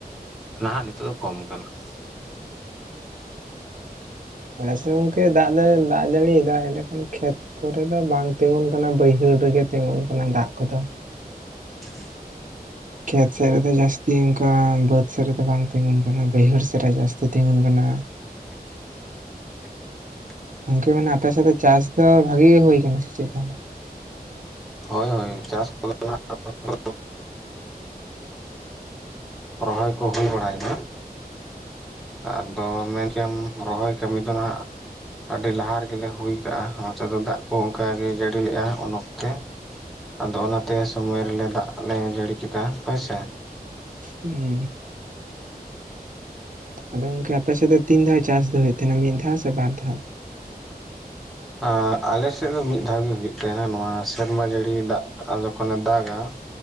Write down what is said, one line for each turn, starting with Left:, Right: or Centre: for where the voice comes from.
Centre: ᱱᱟᱦᱟᱸᱜ ᱱᱤᱛᱚᱜ ᱫᱚ ᱠᱚᱢ ᱟᱠᱟᱱᱟ ᱾
Right: ᱟᱪᱪᱷᱟ ᱜᱚᱝᱠᱮ ᱫᱟᱜ ᱫᱚᱭ ᱫᱟᱜ ᱡᱟᱹᱲᱤ ᱭᱮᱫᱟ ᱮᱸᱰᱮ ᱠᱷᱳᱱ ᱠᱷᱮᱛ ᱠᱚᱨᱮ ᱫᱚ ᱵᱟᱝ ᱛᱤᱸᱜᱩᱱ ᱠᱟᱱᱟ ᱵᱟᱹᱭᱦᱟᱹᱲ ᱨᱮᱜᱮ ᱛᱤᱸᱜᱩᱱ ᱠᱟᱱᱟ ᱫᱟᱜ ᱠᱚᱫᱚ ᱾
Centre: <inaudible>
Right: ᱠᱷᱮᱛ ᱥᱮᱫ ᱨᱮᱫᱚ ᱡᱟᱹᱥᱛᱤ ᱚᱝᱠᱟ ᱵᱟᱹᱫᱽ ᱥᱮᱫ ᱨᱮᱫᱚ ᱵᱟᱝ ᱛᱤᱸᱜᱩᱱ ᱠᱟᱱᱟ, ᱵᱟᱹᱭᱦᱟᱹᱲ ᱥᱮᱫ ᱨᱮ ᱡᱟᱹᱥᱛᱤ ᱛᱤᱸᱜᱩᱱ ᱠᱟᱱᱟ ᱾
Centre: <inaudible>
Right: ᱜᱚᱝᱠᱮ ᱢᱟᱱᱮ ᱟᱯᱮ ᱥᱮᱫ ᱫᱚ ᱪᱟᱥ ᱫᱚ ᱵᱷᱟᱜᱮ ᱜᱮ ᱦᱩᱭ ᱠᱟᱱᱟ ᱥᱮ ᱪᱮᱫ, ᱛᱟᱦᱮᱞᱮ?
Centre: ᱦᱳᱭ ᱦᱳᱭ ᱪᱟᱥ ᱠᱚᱫᱚ ᱱᱷᱟᱜ <unintelligible> ᱨᱚᱦᱚᱭ ᱠᱚ ᱦᱩᱭ ᱵᱟᱲᱟᱭᱮᱱᱟ, ᱟᱫᱚ ᱢᱮᱱ ᱠᱮᱭᱟᱢ ᱨᱚᱦᱚᱭ ᱠᱟᱹᱢᱤ ᱫᱚ ᱱᱷᱟᱸᱜ, ᱟᱹᱰᱤ ᱞᱟᱦᱟ ᱨᱮᱜᱮᱞᱮ ᱦᱩᱭᱠᱟᱜᱼᱟ ᱱᱚᱛᱮ ᱫᱚ ᱫᱟᱜ ᱠᱚ ᱚᱝᱠᱟ ᱜᱮ ᱡᱟᱹᱲᱤ ᱞᱮᱜᱼᱟᱭ ᱩᱱ ᱚᱠᱛᱮ ᱾ ᱟᱫᱚ ᱚᱱᱟᱛᱮ ᱥᱚᱢᱚᱭ ᱨᱮᱞᱮ ᱫᱟᱜ ᱞᱮ ᱡᱟᱹᱲᱤ ᱠᱮᱫᱟ ᱦᱳᱭᱥᱮ?
Right: ᱩᱸ <inaudible> ᱟᱫᱚ ᱜᱚᱝᱠᱮ ᱟᱯᱮᱥᱮᱫ ᱫᱚ ᱛᱤᱱ ᱫᱷᱟᱣ ᱪᱟᱥ ᱫᱚ ᱦᱩᱭᱩᱜ ᱛᱟᱦᱮᱱᱟ ᱢᱤᱫ ᱫᱷᱟᱣ ᱥᱮ ᱵᱟᱨ ᱫᱷᱟᱣ᱾
Centre: ᱟ ᱟᱞᱮᱥᱮᱫ ᱫᱚ ᱢᱤᱫ ᱫᱷᱟᱣ ᱜᱮ ᱦᱩᱭᱩᱜ ᱛᱟᱦᱮᱸᱱᱟ ᱱᱚᱣᱟ ᱥᱮᱨᱢᱟ ᱡᱟᱹᱲᱤ ᱫᱟᱜ ᱡᱚᱠᱷᱚᱱᱮ ᱫᱟᱜᱟ ᱾